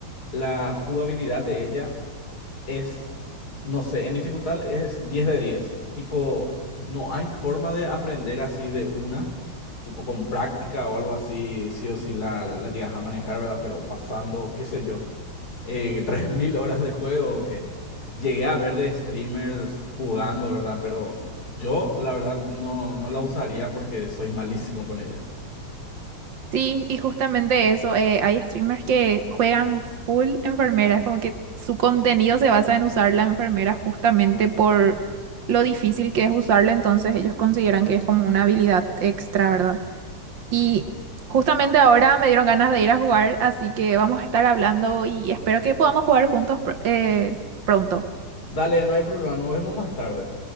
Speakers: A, on the left; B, on the right.
A: La jugabilidad de ella es, no sé, en dificultad es 10 de 10 Tipo, no hay forma de aprender así de una, tipo con práctica o algo así, sí o sí la, la llegas a manejar, ¿verdad? Pero pasando, qué sé yo, eh, <laughs> 3.000 horas de juego que llegué a ver de streamers jugando, ¿verdad? Pero yo, la verdad, no, no la usaría porque soy malísimo con ella.
B: Sí, y justamente eso, eh, hay streamers que juegan full enfermeras, como que su contenido se basa en usar la enfermera justamente por lo difícil que es usarla, entonces ellos consideran que es como una habilidad extra, ¿verdad? Y justamente ahora me dieron ganas de ir a jugar, así que vamos a estar hablando y espero que podamos jugar juntos pr- eh, pronto.
A: Dale, no hay problema, nos vemos más tarde.